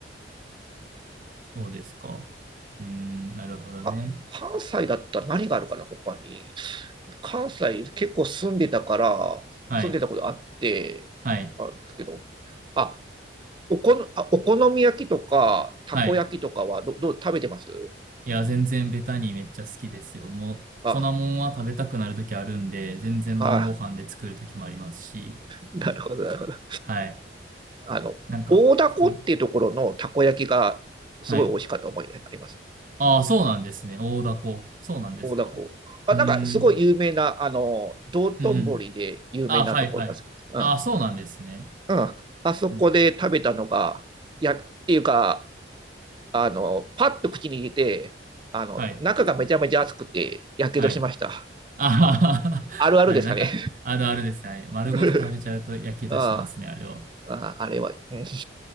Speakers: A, on the right; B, on the right.
A: そうですか。うーん、なるほどね。
B: か関西だったら何があるかな、他に。関西結構住んでたから、
A: はい。
B: 住んでたことあって、
A: はい。
B: あるんですけど。あ、おこ、あ、お好み焼きとか、たこ焼きとかはど、
A: はい。
B: どう、食べてます
A: いや、全然ベタにめっちゃ好きですよ。もう、粉もんは食べたくなるときあるんで、
B: あ、
A: 全然晩ご飯で作るときもありますし。
B: あ、<laughs> なるほど、なるほど。
A: はい。
B: あの、
A: なんか、
B: 大凧っていうところのたこ焼きがすごい美味しかった思い出があります。
A: んはい。ああ、そうなんですね。大凧。そうなんですか。
B: 大凧。あ、
A: うーん。
B: なんかすごい有名な、あの、道頓堀で有名なところなんですけど、
A: うんうん。ああ、はいはい。ああ、
B: うん。
A: そうなんですね。
B: うん。あそこで食べたのが、
A: うん
B: や、っていうか、あの、パッと口に入れて、あの、
A: はい。
B: 中がめちゃめちゃ熱くて、やけどしました。
A: はい。あはは <laughs>
B: あるあるですかね。
A: あれ、なんか、あるあるですね。丸ごと食べちゃうとやけどしますね、
B: <laughs> あ
A: あれは。
B: あ、あれは、うん、